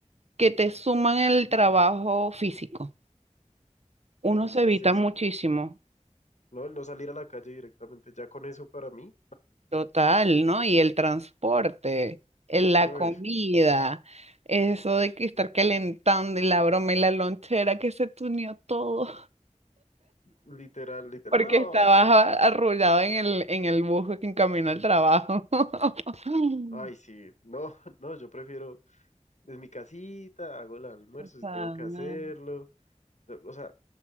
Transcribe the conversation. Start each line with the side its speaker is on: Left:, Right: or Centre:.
Right: que te suman el trabajo físico. Uno
Left: Es
Right: se
Left: que
Right: evita
Left: es eso,
Right: muchísimo.
Left: ¿no? El no salir a la calle directamente, ya con eso para mí,
Right: Total, ¿no? Y el transporte, el- la
Left: uy,
Right: comida, eso de que estar calentando y la broma y la lonchera que se tuneó todo.
Left: literal, literal,
Right: Porque
Left: no,
Right: estabas
Left: no.
Right: a- arrullado en el, en el bus en camino al trabajo. <laughs>
Left: Ay, sí, no, <laughs> no, yo prefiero desde mi casita, hago el almuerzo
Right: Sana.
Left: si tengo que hacerlo. O sea,